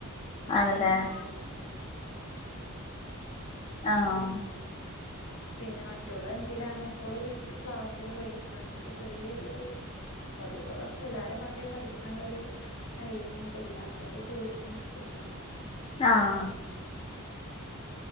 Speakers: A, on the left; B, on the left.
A: ആണല്ലേ
B: പിന്നെ <inaudible>
A: ആഹ്
B: പിന്നെ മറ്റോൾ അഞ്ചിലാണ് അപ്പോൾ ക്ലാസ്സിന് പോയിക്കണ് ഓൾക് ചെറിയൊരു പ്പ കുറച്ച് എല്ലാരും മാത്രേം പഠിക്കാനുള്ളരു കഴിവ് അങ്ങിട്ടില്ല അപ്പൊ ഒരു ട്യൂഷൻ എടുത്തിക്കാണ്
A: ആഹ്